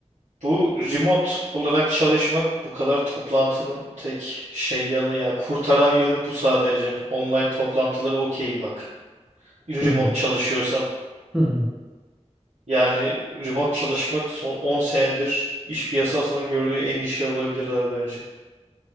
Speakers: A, on the right; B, in the centre.
A: Bu remote olarak çalışmak bu kadar toplantının tek şey yanı ya. Kurtaran yönü bu sadece. Online toplantıları okeyim bak. Remote
B: Hı hı.
A: çalışıyorsam.
B: Hı hı.
A: Yani remote çalışmak son 10 senedir iş piyasasının gördüğü en iyi şey olabilir abi bence.